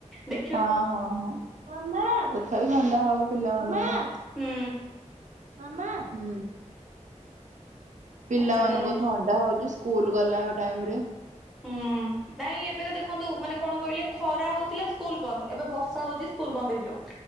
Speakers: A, in the centre; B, on the right.
A: ଦେ
B: ହଁ ହଁ ହଁ। ତଥାପି ଥଣ୍ଡା ହବ ପିଲାମାନଙ୍କୁ।
A: ହୁଁ।
B: ମାମା ହୁଁ। ପିଲାମାନଙ୍କୁ
A: ଆଚ୍ଛା ତାହେଲେ।
B: ଥଣ୍ଡା ହଉଚି ସ୍କୁଲ ଗଲା ଟାଇମ ରେ।
A: ହୁଁ। ନାଇଁ ଏବେ ତ ଦେଖନ୍ତୁ ମାନେ କଣ କହିଲେ ଖରା ହଉଥିଲା ସ୍କୁଲ ବନ୍ଦ। ଏବେ ବର୍ଷା ହଉଚି ସ୍କୁଲ ବନ୍ଦ ହେଇଯିବ।